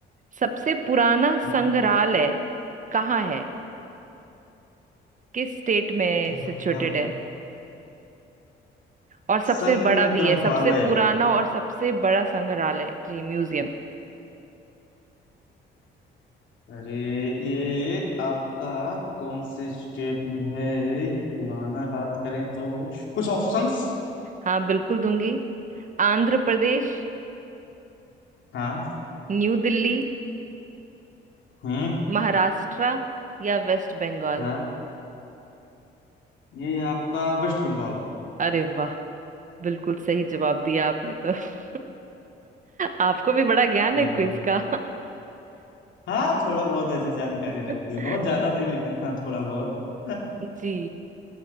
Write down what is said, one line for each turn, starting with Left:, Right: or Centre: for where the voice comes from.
Right: सबसे पुराना
Left: हम्म,
Right: संग्रहालय कहाँ है किस स्टेट में सिचुएटेड
Left: हाँ
Right: है और सबसे
Left: संग्रहालय
Right: बड़ा भी है सबसे पुराना और सबसे बड़ा संग्रहालय जी म्यूजियम
Left: अरे ये आपका कौन से स्टेट में है ये पुराना बात करें तो कुछ ऑप्शंस
Right: हाँ बिल्कुल दूंगी आंध्र प्रदेश
Left: हाँ
Right: न्यू दिल्ली
Left: हम्म
Right: महाराष्ट्र या वेस्ट बंगाल
Left: हाँ ये आपका वेस्ट बंगाल
Right: अरे बिल्कुल सही जवाब दिया आपने तो <laughs> आपको भी बड़ा ज्ञान
Left: अ,
Right: है क्विज का
Left: हाँ थोड़ा बहुत ऐसे जानकारी
Right: <laughs>
Left: रहती है बहुत ज्यादा नहीं लेकिन हाँ थोड़ा बहुत <laughs>
Right: जी